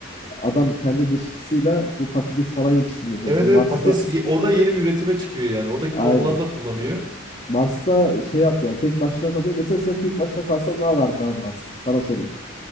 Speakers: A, on the left; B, on the right.
A: Adam kendi dışkısıyla bu patates falan yetiştirmeye çalışıyor.
B: Evet evet
A: Mars'ta
B: patates ye- orada yeni bir üretime çıkıyor yani. Oradaki
A: aynen.
B: tohumlar da kullanıyor.
A: Mars'ta şey yapıyor yani tek başına kalıyor. Mesela sen tek başına kalsan ne yapardın abi Mars'ta? Sana sorayım.